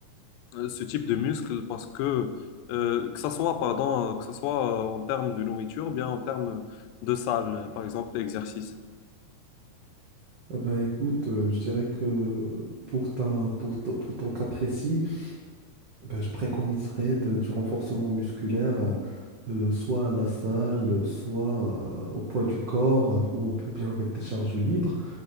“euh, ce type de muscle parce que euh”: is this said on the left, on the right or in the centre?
Left